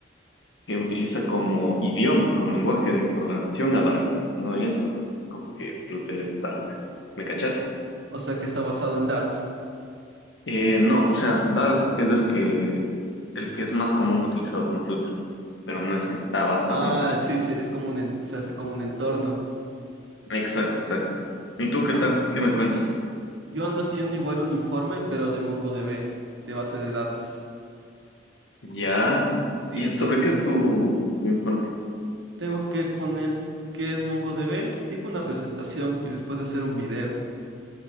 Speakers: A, on the left; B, on the right.
A: que utiliza como idioma, como lenguaje de programación a Dart. No es co- como que Flutter es Dart. ¿Me cachas?
B: O sea, que está basado en Dart.
A: Eh, no, o sea, Dart es el que, el que es más común utilizado con Flutter, pero no es que está basado
B: Ah,
A: en Dart.
B: sí, sí, es como un, en- se hace como un entorno.
A: Exacto, exacto. ¿Y tú qué
B: Ah,
A: tal? ¿Qué me cuentas?
B: yo ando haciendo igual un informe, pero de MongoDB, de base de datos.
A: Ya.
B: Sí,
A: ¿Y
B: entonces
A: sobre qué es tu, tu infancia?
B: tengo que poner qué es MongoDB, tipo una presentación y después hacer un video.